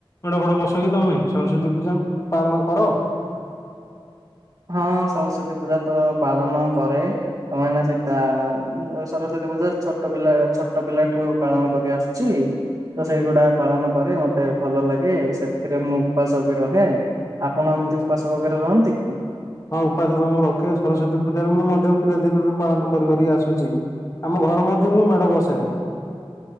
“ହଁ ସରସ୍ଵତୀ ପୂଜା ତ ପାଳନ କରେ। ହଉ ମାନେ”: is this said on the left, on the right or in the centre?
Right